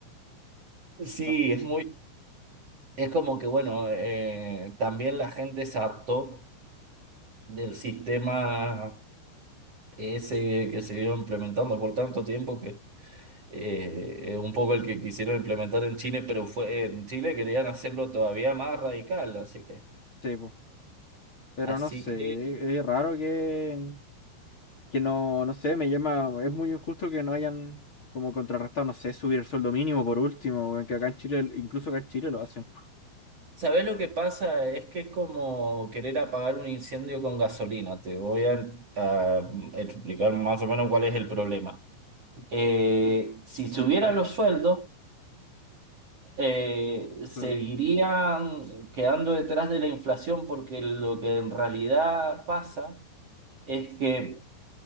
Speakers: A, on the right; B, on the left.
A: Sí,
B: Ah,
A: es muy, es como que bueno, eh, también la gente se hartó del sistema ese que se vio implementando por tanto tiempo que eh, es un poco el que quisieron implementar en Chile, pero fue en Chile querían hacerlo todavía más radical, así que,
B: Sí, po. Pero
A: así
B: no sé,
A: que,
B: es raro que, que no, no sé, me llama, es muy injusto que no hayan como contrarrestado, no sé, subir el sueldo mínimo por último, weón, que acá en Chile, incluso acá en Chile lo hacen.
A: ¿sabés lo que pasa? Es que es como querer apagar un incendio con gasolina. Te voy a a explicar más o menos cuál es el problema. Eh, si subieran los sueldos eh, seguirían
B: Mm,
A: quedando detrás de la inflación porque lo que en realidad pasa es que